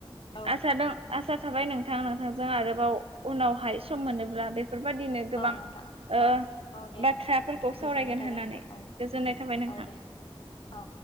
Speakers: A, on the left (about 60°); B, on the right (about 75°).
A: औ नोंथां
B: आसा दं आसा थाबाय नोंथां नोंथांजों आरोबाव उनावहाय सम मोनोब्ला बेफोरबादिनो गोबां
A: औ नोंथां
B: ओ
A: औ औ दे
B: बाथ्राफोरखौ
A: नोंथां औ गोजोननाय
B: सावरायगोन
A: थाबाय
B: होननानै
A: नोंथां औ
B: गोजोननाय थाबाय नोंथां
A: औ दे औ